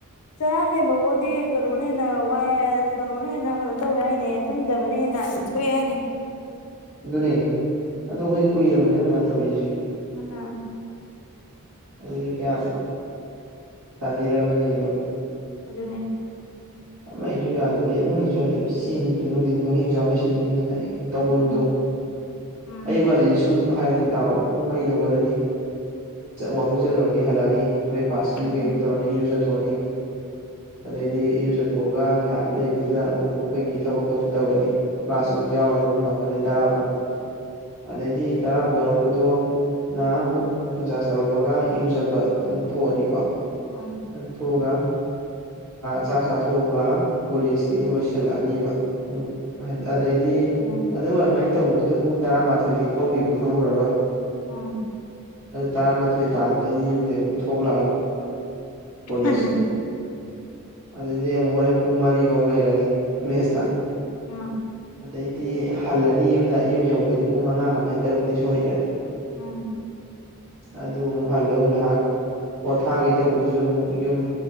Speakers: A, on the left; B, on the right.
A: ꯆꯔꯥ ꯍꯦꯟꯕꯕꯨꯗꯤ ꯀꯩꯅꯣꯅ ꯍꯦꯟꯅ ꯋꯥꯏ ꯀꯩꯅꯣꯅ ꯍꯦꯟꯅ ꯀꯩꯅꯣ ꯇꯧꯋꯦ ꯍꯥꯏꯅꯦ ꯇꯨꯝꯗꯕꯅ ꯍꯦꯟꯅ ꯀꯔꯤ ꯍꯥꯢꯅꯤ
B: ꯑꯗꯨꯅꯦ ꯑꯗꯨ ꯑꯩꯈꯣꯏꯗꯤ ꯀꯨꯏꯔꯛꯑꯕꯅꯦꯕ ꯑꯗꯨꯃꯥꯏꯅ ꯇꯧꯔꯛꯏꯁꯦ
A: ꯑꯥ
B: ꯑꯗꯨꯗꯤ ꯀꯌꯥꯝ ꯁꯥꯊꯤꯔꯝꯃꯅꯤꯗꯣ
A: ꯑꯗꯨꯅꯦ
B: ꯑꯃꯁꯨ ꯌꯥꯗꯕꯤ ꯑꯃꯁꯨ ꯌꯥꯗꯕꯤ ꯆꯦꯟꯕꯤꯗꯨ ꯅꯨꯡꯊꯤꯟ ꯐꯪꯉꯤ ꯑꯦꯛꯖꯥꯝ ꯂꯩꯁꯟꯈꯤꯕꯅꯤꯅ ꯑꯩ ꯇꯧꯐꯝꯗꯣ
A: ꯎꯝ ꯎꯝ
B: ꯑꯌꯨꯛ ꯍꯥꯏꯁꯤ ꯁꯨꯝ ꯍꯥꯏꯔꯛꯜꯦ ꯇꯥꯎ ꯄꯨꯡ ꯃꯔꯤꯗ ꯍꯧꯒꯠꯂꯅꯤ ꯋꯥꯛꯀꯤꯡ ꯆꯠꯂꯨꯔꯅꯤ ꯍꯜꯂꯛꯑꯅꯤ ꯕ꯭ꯔꯦꯛꯐꯥꯁ ꯄꯤꯕꯒꯤ
A: ꯎꯝ
B: ꯑꯃꯨꯛ ꯇꯧꯔꯅꯤ ꯏꯔꯨꯖꯊꯣꯛꯑꯅꯤ ꯑꯗꯩꯗꯤ ꯏꯔꯨꯖ ꯂꯨꯊꯣꯛꯑꯒ ꯉꯥꯏꯍꯥꯛ ꯂꯩꯕꯗꯨꯗ ꯑꯃꯨꯛ ꯑꯩꯈꯣꯏꯒꯤ ꯊꯕꯛꯇꯣ ꯑꯃꯨꯛ ꯇꯧꯔꯅꯤ ꯀ꯭ꯂꯥꯁ ꯑꯃꯨꯛ ꯌꯥꯎꯔꯅꯤ ꯄꯨꯡ ꯃꯥꯄꯟꯗꯩ ꯇꯔꯥꯐꯧ ꯑꯗꯩꯗꯤ ꯇꯔꯥ ꯑꯃꯛ ꯌꯥꯎꯔꯛꯄꯗꯨꯅ ꯑꯃꯨꯛ ꯐꯣꯟꯆꯥꯥꯔꯖ ꯇꯧꯔꯝꯃꯒ ꯏꯔꯨꯖꯕ ꯑꯃꯨꯛ ꯊꯣꯛꯑꯅꯤꯀꯣ
A: ꯎꯝ
B: ꯑꯗꯨ ꯊꯣꯛꯑꯒ ꯆꯥꯛ ꯆꯥꯊꯣꯛꯑꯒ ꯀꯣꯂꯦꯖꯀꯤ ꯑꯃꯨꯛ ꯂꯣꯏꯁꯤꯜꯂꯛꯑꯅꯦꯕ ꯎ ꯑꯗꯩꯗꯤ
A: ꯎꯝ
B: ꯑꯗꯨꯝ ꯑꯗꯨꯃꯥꯏꯅ ꯇꯧꯕꯗꯨꯗ ꯄꯨꯡ ꯇꯔꯥꯃꯥꯊꯣꯏꯗꯤ ꯍꯧꯈꯤꯕ ꯈꯪꯍꯧꯔꯔꯣꯏ
A: ꯎꯝ
B: ꯇꯔꯥꯃꯥꯊꯣꯏ ꯇꯥꯕꯗꯩꯗꯤ ꯌꯨꯝꯗꯒꯤ ꯑꯃꯨꯛ ꯊꯣꯛꯂꯛꯑꯅꯤ ꯀꯣꯂꯦꯖꯀꯤ
A: ꯑꯗꯨꯅꯤ
B: ꯑꯗꯨꯏꯗꯤ ꯑꯃꯨꯛ ꯍꯣꯔꯦꯟ ꯄꯨꯡ ꯃꯔꯤꯐꯧ ꯂꯩꯔꯅꯤ ꯀꯣꯂꯦꯖꯇ
A: ꯎꯝ
B: ꯑꯗꯩꯗꯤ ꯍꯜꯂꯅꯤ ꯌꯨꯝꯗ ꯌꯨꯝ ꯌꯧꯕꯗꯗꯤ ꯄꯨꯡ ꯃꯉꯥ ꯃꯈꯥꯏ ꯇꯔꯨꯛꯇꯤ ꯁꯣꯏꯗ꯭ꯔꯦ
A: ꯎꯝ
B: ꯑꯗꯨ ꯑꯃꯨꯛ ꯍꯜꯂꯧ ꯉꯥꯏꯍꯥꯛ ꯄꯣꯊꯥꯒꯦ ꯇꯧꯕꯗ ꯑꯗꯨꯁꯨ ꯑꯃꯨꯛ ꯌꯨꯝ